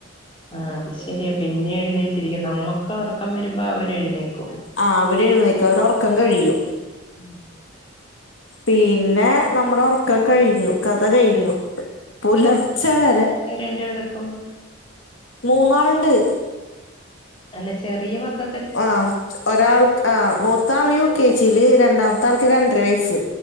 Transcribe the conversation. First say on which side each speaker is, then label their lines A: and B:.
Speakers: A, on the left; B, on the left.
A: ആഹ് അത് ശരിയാ പിന്നെ എഴുന്നേറ്റിരിക്കും നമ്മുക്ക് ഉറക്കം വരുമ്പോ അവര് എഴുന്നേക്കും
B: ആഹ് അവര് എഴുന്നേക്കും അവരെ ഉറക്കം കഴിയും
A: ഉം
B: പിന്നെ നമ്മുടെ ഉറക്കം കഴിഞ്ഞു കഥ കഴിഞ്ഞു
A: എ
B: പുലർച്ചെ വരെ
A: എന്റെ വർക്കും
B: മൂന്നാള് ണ്ട്
A: അല്ല ചെറിയമകക്ക്
B: ആഹ് ഒരാൾക്ക് ആഹ് മൂത്താള് യു കെ ജിയില് രണ്ടാമത്തെ ആൾക്ക് രണ്ടര വയസ്സ്